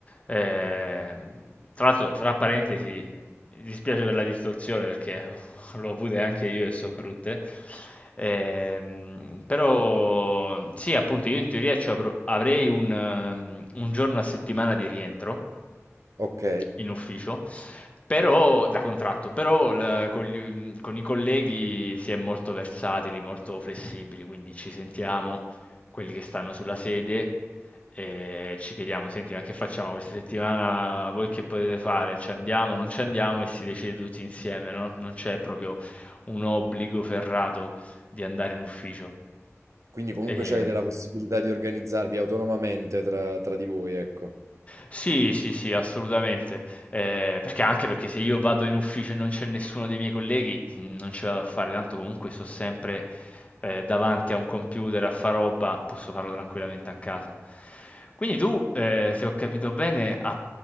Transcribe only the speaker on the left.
Ehm, tra l'altro fra parentesi, mi dispiace per la distorsione perché <laughs> l'ho avute anche io e so brutte. Ehm, però sì, appunto, io in teoria ci avrò- avrei un, ehm, un giorno a settimana di rientro
in ufficio, però da contratto, però il- con, gli- con i colleghi si è molto versatili, molto flessibili, quindi ci sentiamo quelli che stanno sulla sede e ci chiediamo: "Senti, ma che facciamo questa settimana? Voi che potete fare? Ci andiamo, non ci andiamo?" E si decide tutti insieme, no, non c'è proprio un obbligo ferrato di andare in ufficio.
Ehm
sì, sì, sì, assolutamente. Ehm, perché anche perché se io vado in ufficio e non c'è nessuno dei miei colleghi, mhmm, non ce la vado a fare, tanto comunque sto sempre, ehm, davanti a un computer a fa roba, posso farlo tranquillamente a casa. Quindi tu, ehm, se ho capito bene, a